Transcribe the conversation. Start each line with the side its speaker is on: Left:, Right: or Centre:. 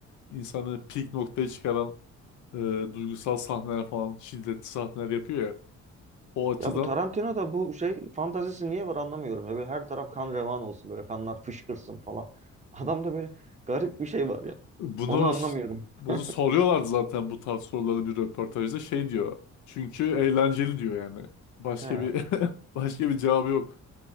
Left: insanı peak noktaya çıkaran e, duygusal sahneler falan şiddetli sahneler yapıyor ya. O açıdan
Right: Ya bu Tarantino'da bu şey fantazisi niye var anlamıyorum ya. Böyle her taraf kan revan olsun böyle kanlar fışkırsın falan. <laughs> Adamda böyle garip bir şey var ya.
Left: bunu
Right: Onu anlamıyorum.
Left: bunu
Right: <laughs>
Left: soruyorlardı zaten bu tarz soruları bir röportajda şey diyor. Çünkü eğlenceli diyor yani. Başka
Right: He,
Left: bir <laughs> başka bir cevabı yok.